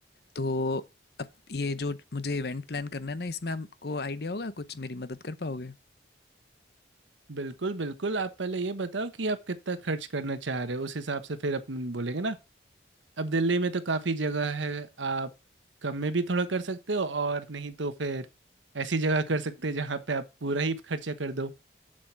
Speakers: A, on the left; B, on the right.
A: तो अब ये जो मुझे इवेंट प्लान करना है ना इसमें आपको आइडिया होगा कुछ मेरी मदद कर पाओगे
B: बिल्कुल बिल्कुल आप पहले ये बताओ कि आप कितना खर्च करना चाह रहे हो उस हिसाब से फिर अपन बोलेंगे ना अब दिल्ली में तो काफ़ी जगह है आप कम में भी थोड़ा कर सकते हो और नहीं तो फिर ऐसी जगह कर सकते हैं जहाँ पे आप पूरा ही खर्चा कर दो